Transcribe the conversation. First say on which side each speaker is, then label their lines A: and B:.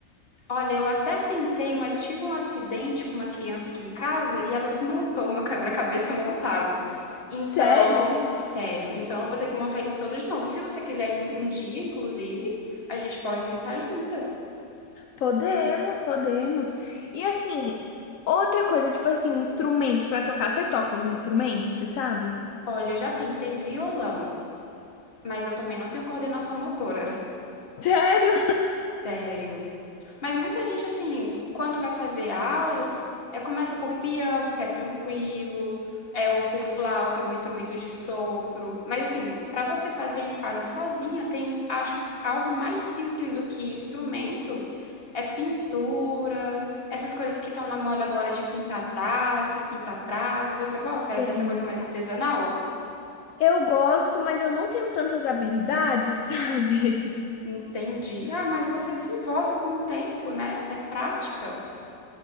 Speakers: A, on the left (about 30°); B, on the left (about 60°).
A: Olha, eu até tentei, mas eu tive um acidente com uma criança aqui em casa e ela desmontou meu <laughs> quebra-cabeça montado. Então,
B: Sério?
A: sério, então eu vou ter que montar ele todo de novo. Se você quiser em um dia, inclusive, a gente pode montar juntas.
B: Podemos, podemos. E assim, outra coisa, tipo assim, um instrumento pra tocar. Você toca algum instrumento, você sabe?
A: Olha, eu já tentei violão, mas eu também não tenho coordenação motora.
B: Sério?
A: Sério. Mas muita gente, assim, quando vai fazer aulas, é, começa por piano, que é tranquilo, é, ou por flauta, algum instrumento de sopro. Mas, assim, para você fazer em casa sozinha, tem, acho, algo mais simples do que instrumento. É pintura, essas coisas que estão na moda agora de pintar taça, pintar prato. Você gosta
B: Sei.
A: dessa coisa mais artesanal?
B: Eu gosto, mas eu não tenho tantas habilidades, <laughs> sabe?
A: Entendi. Ah, mas você desenvolve com o tempo, né? É prática.